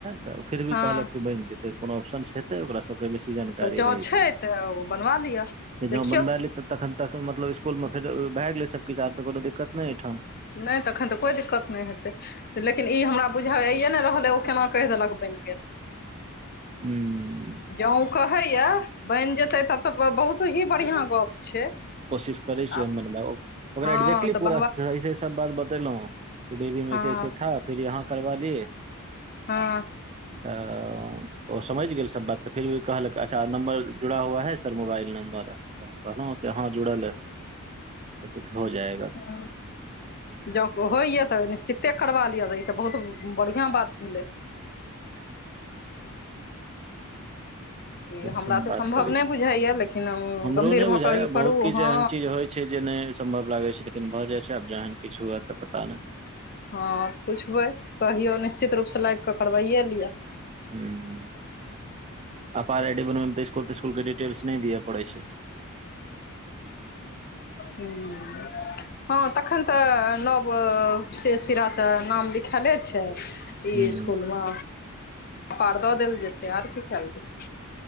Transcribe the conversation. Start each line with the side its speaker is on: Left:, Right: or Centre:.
Right: तऽ फिर भी
Left: हँ
Right: कहलक बनि जेतै कोनो ऑप्शन छै तऽ ओकरा सब <unintelligible> बेसी जानकारी
Left: तऽ जँ
Right: रहै छै
Left: तऽ बनवा लिअ
Right: एजा
Left: देखियौ
Right: बनबै ले एलय त तखन तक मतलब इसकूलमे फेर भए गेलै सब किछ आब तऽ कोनो दिक्कत नय एयठम
Left: नैय तखन तऽ कोइ दिक्कत नैय हेयतै लेकिन ई हमरा बुझाइए नय रहलै ओ केना कहि देलक बनि गेल
Right: हूं
Left: जौं कहैए या बनि जेतै तब तऽ बहुत ही बढ़िआँ गप्प छै
Right: कोशिश करै छियै
Left: आब
Right: हम बनबै ओकरा
Left: हँ
Right: एक्जेक्टली
Left: तऽ
Right: पूरा
Left: बनबा
Right: स ऐसे सब बात बतेलौं हन डी ए भी मे
Left: हँ
Right: ऐसे ऐसे था फिर यहाँ करवा लिये
Left: हाॅं
Right: <unintelligible> ओ समैझ गेल सब बात तऽ फिर भी कहलक अच्छा नम्बर जुड़ा हुआ है सर मोबाइल नम्बर तऽ न के हाँ जुड़ल है एकलखन हो जाए
Left: <unintelligible> जौं कहय या तऽ निश्चिते करबा लिअ तऽ ई तऽ बहुत ब बढ़िआँ बात भेलै ई
Right: ठीक
Left: हमरा
Right: छै हम
Left: तऽ
Right: बात
Left: सम्भव
Right: करै
Left: नहि
Right: छी
Left: बुझाइए लेकिन
Right: हमरो
Left: गम्भीर
Right: नय
Left: भऽ
Right: बुझाय
Left: कऽ ई करू
Right: बहुत किछ
Left: हँ
Right: एहन चीज होइ छै जे नय सम्भव लागै छै लेकिन भऽ जाइ छै आब जहन किछु हुए तऽ पता नय
Left: हँ पुछबै कहियौ निश्चित रूपसँ लायग कऽ करबैये लिअ
Right: हूं हूं अपार आइ डी बनबैमे तऽ इसकुल तिस्कुलके डिटेल्स नै दिअ पड़ै छै
Left: ह हँ तखन तऽ नव सेे सिरासँ नाम लिखायले छै ई
Right: हूँ
Left: इसकुल मे अ आर द देल जते आर की खैल जतै